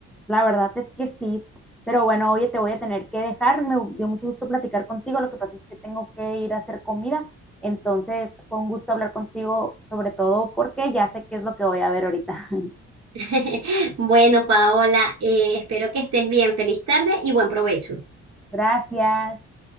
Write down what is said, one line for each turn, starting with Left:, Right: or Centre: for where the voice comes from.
Centre: La verdad es que sí, pero bueno, oye, te voy a tener que dejar. Me dio mucho gusto platicar contigo. Lo que pasa es que tengo que ir a hacer comida. Entonces, fue un gusto hablar contigo, sobre todo porque ya sé qué es lo que voy a ver ahorita. <laughs>
Right: <laughs> Bueno, Paola, eh, espero que estés bien. Feliz tarde y buen provecho.
Centre: Gracias.